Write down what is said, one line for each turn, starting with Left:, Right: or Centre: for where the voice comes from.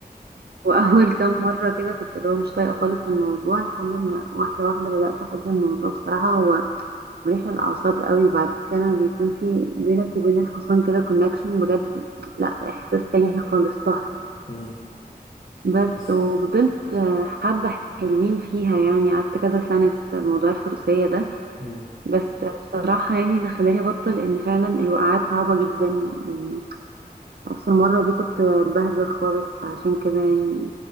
Right: <laughs> واول كام مره كده كنت اللي هو مش طايقه خالص الموضوع لحد ما واحده واحده بدات احب الموضوع بصراحه هو مريح للأعصاب قوي وبعد كده لما بيكون في بينك وبين الحصان كده كونكشن بجد لا إحساس تاني خالص تحفة
Left: مم،
Right: بس
Left: بس
Right: وفضلت آه، حبة حلوين فيها يعني قعدت كذا سنة في موضوع الفروسية ده
Left: مم.
Right: بس بصراحة يعني اللي خلاني أبطل إن فعلا الوقعات صعبة جدا يعني آخر مرة دي كنت اتبهدل خالص فعشان كده يعني